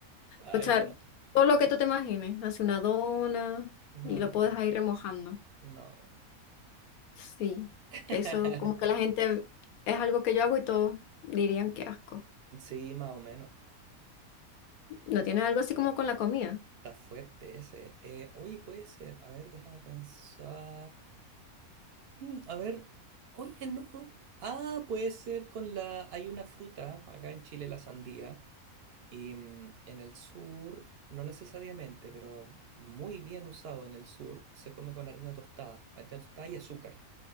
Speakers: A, on the right; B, on the left.
A: ay,
B: Puedes echar
A: no.
B: todo lo que tú te imagines. Hace una dona y
A: No,
B: lo
A: no,
B: puedes
A: no,
B: ir remojando.
A: no.
B: Sí,
A: <laughs>
B: eso como que la gente es algo que yo hago y todos dirían que asco.
A: Sí, más o menos.
B: ¿No tienes algo así como con la comida?
A: Está fuerte ese. Eh, oye, puede ser. A ver, déjame pensar. Mm, a ver. Oye, no. Ah, puede ser con la... Hay una fruta acá en Chile, la sandía. Y mm, en el sur, no necesariamente, pero muy bien usado en el sur, se come con harina tostada. Harina tostada y azúcar.